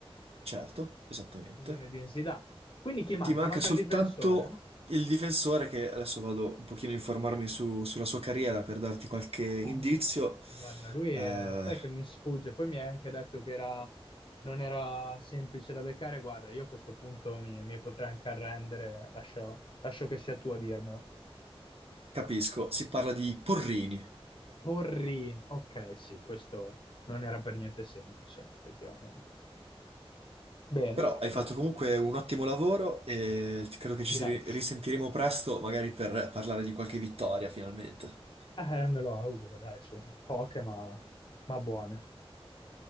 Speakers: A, on the right; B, on the left.
A: Certo, esattamente.
B: Zinedine Zidane. Quindi chi manca?
A: Ti manca
B: Manca
A: soltanto
B: il difensore?
A: il difensore che adesso vado un pochino a informarmi su- sulla sua carriera per darti qualche
B: Eh,
A: indizio.
B: Guarda, lui è-
A: Eh,
B: sai che mi sfugge, poi mi hai anche detto che era- non era semplice da beccare. Guarda, io a questo punto mi, mi potrei anche arrendere, lascio, lascio che sia tu a dirmelo.
A: capisco, si parla di Porrini.
B: Porrini, ok, sì, questo non era per niente semplice, effettivamente. Bene,
A: Però hai
B: bene,
A: fatto comunque
B: bene.
A: un ottimo lavoro e credo che ci
B: grazie.
A: si ri- risentiremo presto, magari per parlare di qualche vittoria finalmente.
B: Eh, me lo auguro, dai, su, poche ma, ma buone.